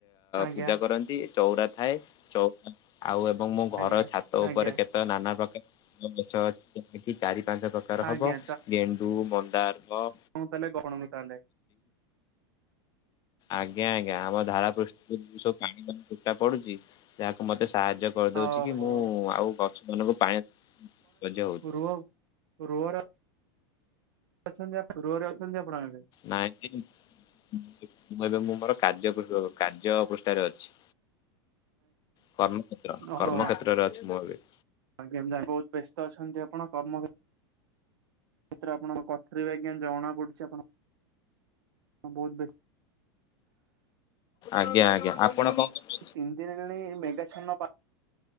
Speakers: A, on the right; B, on the left.
A: ଆଜ୍ଞା
B: ପୂଜା କରନ୍ତି ଚଉଁରା ଥାଏ ଚଉଁରା ଆଉ ଏବଂ ମୋ
A: ଆଜ୍ଞା
B: ଘର ଛାତ
A: ଆଜ୍ଞା
B: ଉପରେ ନାନା ପ୍ରକାର ଗଛ ଅଛି ଚାରି ପାଞ୍ଚ ପ୍ରକାର
A: ଆଜ୍ଞା
B: ହବ ଗେନ୍ ରୁ ମନ୍ଦାରକ <inaudible>
A: ତାହଲେ କଣକୁ ତାହଲେ <inaudible>
B: ଆଜ୍ଞା ଆଜ୍ଞା ଆମ ଧାରା ପୃଷ୍ଠ ଉ ସବୁ ପାଣିଣି ଫଟା ପଡୁଛି ଯାହାକୁ ମତେ ସାହାଯ୍ୟ କରିଦଉଛି
A: ଓହୋ
B: କି ମୁଁ ଆଉ ସେମାନଙ୍କୁ ପାଣି ସଜା ହଉଛି <inaudible>
A: ରୁହ ରୁହ ର ଅଛନ୍ତି ଆ ରୁଅରେ ଅଛନ୍ତି ଆପଣମନେ?
B: ନାଇଟିନ୍ <unintelligible> ମୁଁ ଏବେ ମୁଁ ମୋର କାର୍ଯ୍ୟ କାର୍ଯ୍ୟ ପୃଷ୍ଠାରେ ଅଛି। କର୍ମକ୍ଷେତ୍ର
A: ଓହୋ
B: କର୍ମକ୍ଷେତ୍ରରେ ଅଛି ମୁଁ ଏବେ।
A: ବହୁତ ବ୍ୟସ୍ତ ଅଛନ୍ତି ଆପଣ କର୍ମ କ୍ଷେତ୍ରରେ ଆପଣଙ୍କ ଆଜ୍ଞା ଜଣା ପଡ଼ୁଚି ଆପଣ ବହୁତ ବ୍ୟସ୍ତ
B: ଆଜ୍ଞା ଆଜ୍ଞା ଆପଣ କଣ କରୁଛନ୍ତି?
A: ତିନ୍ ଦିନ୍ ହେଲାଣି ଏହି ମେଗାଛନ୍ନ